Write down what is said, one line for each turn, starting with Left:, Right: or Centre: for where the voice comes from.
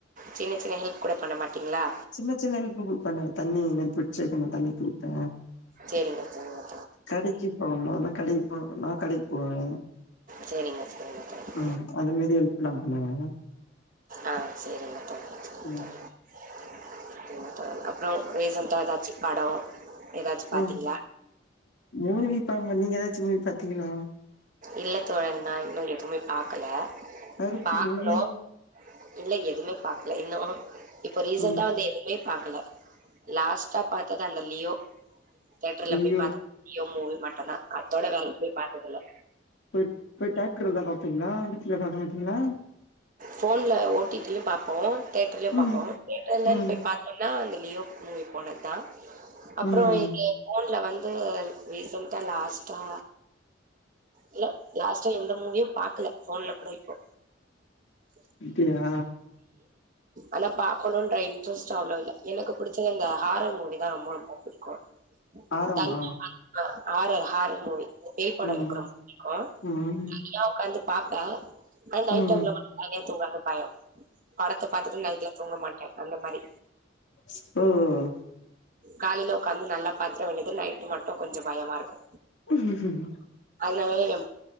Right: சின்ன சின்ன ஹெல்ப் கூட பண்ண மாட்டீங்களா
Left: சின்ன சின்ன ஹெல்ப்பு பு பண்ணுவே தண்ணி இதுமாரி பிடிச்சு வைக்கணு தண்ணி புடிப்பே
Right: சரிங்க <unintelligible>
Left: <unintelligible>
Right: சரிங்க சரிங்க தோழா
Left: ம் அது மாரி ஒரு ப்ளான் பண்ணுவே
Right: அ செரிங்க
Left: ம்
Right: <unintelligible> <unintelligible> அப்பறம் ரீசன்டா ஏதாச்சு படம் ஏதாச்சு பாத்தீங்களா
Left: ம் மூவி பாக்க மாட் நீங்க ஏதாச்சு மூவி பாத்தீங்களா
Right: இல்ல தோழன் நா இன்னு எதுவுமே பாக்கல
Left: கருப்பு
Right: பாக்கணு
Left: மூவி
Right: இல்ல எதுவுமே பாக்கல இன்னு இப்ப ரீசன்டா
Left: ம்
Right: வந்த எ ஒன்னுமே பாக்கல லாஸ்ட்டா பாத்தது அந்த லியோ தேட்டர்ல
Left: ஐயோ
Right: போய் பாத்த லியோ மூவி மட்டுதா அத்தோட வேர எதுமே பாத்தது இல்ல
Left: போய்ட் போய் டேக்ட்ரல தா பாப்பிங்களா வீட்ல பாக்கமாட்டிங்களா
Right: போன்ல ஓடிடி லயும் பாப்போம் தேட்டர்லயும் பாப்போம்
Left: ம்
Right: தேட்டர்லனு
Left: ம்
Right: போய் பாத் ஒன்னா அந்த லியோக் மூவி போனது தா அப்றோ
Left: ம்
Right: இங்கே போன்ல வந்து ரீசன்டா லாஸ்ட்டா இல்ல லாஸ்டா எந்த மூவியு பாக்கல போன்ல கூட இப்போ <unintelligible>
Left: அப்டியா
Right: ஆனா பாக்கணும்ன்ற இன்ரெஸ்ட் அவ்ளோ இல்ல எனக்கு புடிச்சது இந்த ஹாரர் மூவிதா ரொம்ப ரொம்ப பிடிக்கு <unintelligible>
Left: ஆரமா
Right: ஹாரர் ஹாரர் மூவி பேய்படம்
Left: ம்
Right: எனக்கு ரொம்ப பிடிக்கு
Left: ம்
Right: தனியா ஒக்காந்து பாப்பேன் ஆன நைட்
Left: ம்
Right: தனிய தூங்கறது பயோ படத்த பாத்துட்டு நைட்ல தூங்க மாட்டே அந்த மாரி
Left: ம் ம் ம்
Right: காலையில ஒக்காந்து நல்லா பாத்திர வேண்டியது நைட்டு மட்டும் கொஞ்சோ பயமா இருக்கு
Left: <inaudible>
Right: அதுனாலயே எ